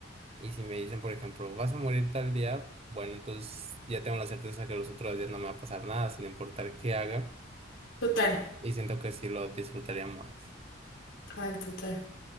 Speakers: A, on the right; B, on the left.
A: Y si me dicen, por ejemplo, vas a morir tal día, bueno, entonces ya tengo la certeza que los otros días no me va a pasar nada, sin importar qué haga,
B: Total,
A: y siento que sí lo disfrutaría más.
B: total, total.